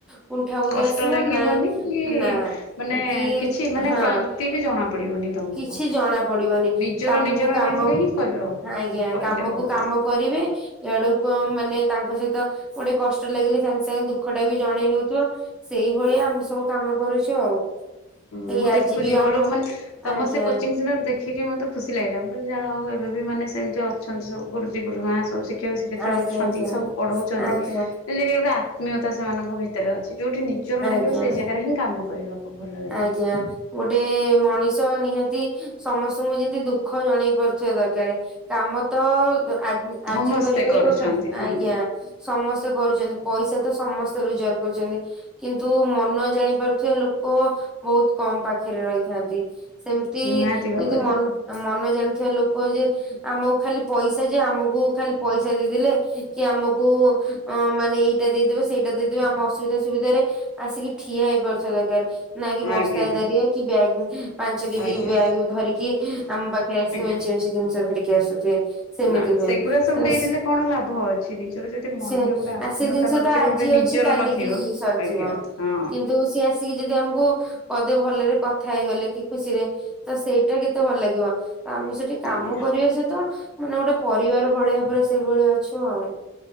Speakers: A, in the centre; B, on the left.
A: କୁଣ୍ଠା ବଧ
B: କଷ୍ଟ
A: ଆସିବ
B: ଲାଗିବନି
A: ନା
B: କି
A: ନା
B: ମାନେ
A: କି
B: କିଛି ମାନେ
A: ହଁ।
B: କ୍ଳାନ୍ତି ବି ଜଣା ପଡିବନି ତମକୁ
A: କିଛି ଜଣା ପଡିବନି
B: ନିଜର
A: କାମକୁ
B: ନିଜର
A: କାମ
B: ଲାଗିଲେ ହିଁ କରିବ
A: ହ ଆଜ୍ଞା
B: କରିଲେ
A: କାମକୁ
B: ଭଲ ଲାଗିବ
A: କାମ କରିବେ ଇଆଡକୁ ମାନେ ତାଙ୍କ ସହିତ ଗୋଟେ କଷ୍ଟ ଲାଗିଲେ ସାଙ୍ଗେ ସାଙ୍ଗେ ଦୁଃଖ ଟା ବି ଜଣେଇ ହଉଥିବ। ସେଇଭଳିଆ ଆମେ ସବୁ କାମ କରୁଚ ଆଉ।
B: ହୁଁ
A: ଏଇ
B: ମୁଁ ଦେଖୁଛି
A: ଆଜି ବି
B: ଭଲ
A: ଆମ
B: ମାନେ ତମ
A: ଆଜ୍ଞା
B: ସେ କୋଚିଂ ସେଣ୍ଟର ଦେଖିକି ମତେ ଖୁସି ଲାଗିଲା ମୁଁ କହିଲି ଯାହା ହଉ ଏବେ ବି ମାନେ ସେମିତି ଅଛନ୍ତି ଗୁରୁଜୀ ଗୁରୁମା ସବୁ ଶି ଶିକ୍ଷକ ଶିକ୍ଷୟତ୍ରୀ
A: ଆଜ୍ଞା
B: ଅଛନ୍ତି
A: ଆଜ୍ଞା
B: ସବୁ ପଢଉଚନ୍ତି।
A: ଆଜ୍ଞା
B: ଯେତି ଗୋଟେ ଆତ୍ମୀୟତା ସେମାନଙ୍କ ଭିତରେ ଅଛି, ଯୋଉଠି ନିଜର ଲାଗିବ
A: ଆଜ୍ଞା
B: ସେଇ ଜାଗାରେ ହିଁ କାମ କରିବାକୁ ଭଲ ଲାଗେ।
A: ଆଜ୍ଞା ଗୋଟେ ମଣିଷ ନିହାତି ସମସ୍ତଙ୍କୁ ଯେମତି ଦୁଃଖ ଜଣେଇ ପାରୁଥିବା ଦରକାର କାମ ତ ଆ ଆଜି
B: ସମସ୍ତେ
A: କରିପାରିବ
B: କରୁଛନ୍ତି
A: କା
B: ହୁଁ
A: ଆଜ୍ଞା। ସମସ୍ତେ କରୁଚନ୍ତି ପଇସା ତ ସମସ୍ତେ ରୋଜଗାର କରୁଚନ୍ତି। କିନ୍ତୁ ମନ ଜାଣି ପାରୁଥିବା ଲୋ ଲୋକ ବହୁତ କମ୍ ପାଖରେ ରହିଥାନ୍ତି ସେମିତି
B: ନିହାତି ଭାବରେ।
A: ଯଦି ମନ ଆ ମନ ଜାଣିଥିବା ଲୋକ ଯେ ଆମକୁ ଖାଲି ପଇସା ଯେ ଆମକୁ ଖାଲି ପଇସା ଦେଇଦେଲେ କି ଆମକୁ ଅଁ ମାନେ ଏଇଟା ଦେଇଦେବେ ସେଇଟା ଦେଇଦେବେ ଆମ ଅସୁବିଧା ସୁବିଧାରେ ଆସିକି ଠିଆ ହେଇପାରୁଥିବା ଦରକାର। ନାଇଁ କି ବସ୍ତା
B: ଆଜ୍ଞା
A: ହେ ଦାରିଆ କି ବ୍ୟାଗ୍ ପାଞ୍ଚ କେଜି
B: ଆଜ୍ଞା
A: ବ୍ୟାଗ ଧରିକି ଆମ ବା ଫେରେ
B: ଆଜ୍ଞା।
A: ସେ ମେଞ୍ଚେ ମେଞ୍ଚେ ଜିନିଷ ଧରିକି ଆସୁଥିବେ। ସେମିତି
B: ନା
A: ନୁହେଁ
B: ସେଗୁଡା ସବୁ
A: ତ
B: ଦେଇଦେଲେ କଣ ଲାଭ ଅଛି ନିଜର ଯଦି ମନରେ
A: ସେ
B: ଗୋଟେ ଆତ୍ମୀୟତା
A: ଆ ସେ ଜିନିଷ
B: ନ ନଥିବ
A: ତ ଆଜି
B: ଗୋଟେ ନିଜର
A: ଅଛି କାଲିକି
B: ନଥିବ
A: ସରିଯିବ।
B: ଆଜ୍ଞା ହଁ।
A: କିନ୍ତୁ ସିଏ ଆସିକି ଯଦି ଆମକୁ ପଦେ ଭଲରେ କଥା ହେଇଗଲେ କି ଖୁସିରେ ତ ସେଇଟା କେତେ ଭଲ ଲାଗିବ। ତ ଆମେ ସେଠି
B: ଆଜ୍ଞା।
A: କରିବା ସହିତ ମାନେ ଗୋଟେ ପରିବାର ଭଳିଆ ପରେ ସେଇଭଳି ଅଛୁ ଆଉ।